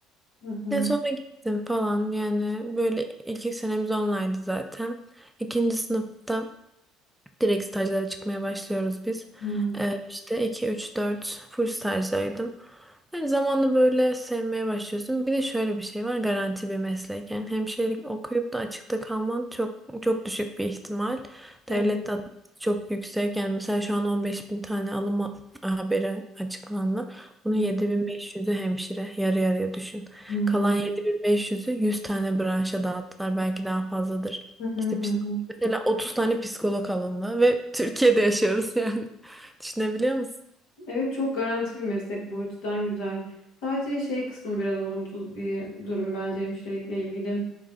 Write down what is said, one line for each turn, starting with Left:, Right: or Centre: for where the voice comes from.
Left: Hı hı.
Centre: Ya sonra gittim falan yani böyle ilk ilk senemiz online'dı zaten. İkinci sınıfta direkt stajlara çıkmaya başlıyoruz biz.
Left: Hı.
Centre: Ee, işte 2 3 4 full stajdaydım. Yani zamanla böyle sevmeye başlıyorsun. Bir de şöyle bir şey var garanti bir meslek. Yani hemşirelik okuyup da açıkta kalman çok çok düşük bir ihtimal. Devlet
Left: Evet.
Centre: de <laughs> adı çok yüksek. Yani mesela şu an 15 bin tane alım ha- haberi açıklandı. Bunun
Left: Hı
Centre: 7500'ü hemşire. Yarı yarıya düşün.
Left: hı.
Centre: Kalan 7500'ü 100 tane branşa dağıttılar. Belki daha fazladır.
Left: Hı hı
Centre: İşte
Left: hı.
Centre: psik-
Left: hı.
Centre: mesela 30 tane psikolog alındı ve Türkiye'de yaşıyoruz yani. <laughs> Düşünebiliyor musun?
Left: Evet çok garanti bir meslek bu açıdan güzel. Sadece şey kısmı biraz olumsuz bir durum bence hemşirelikle ilgili.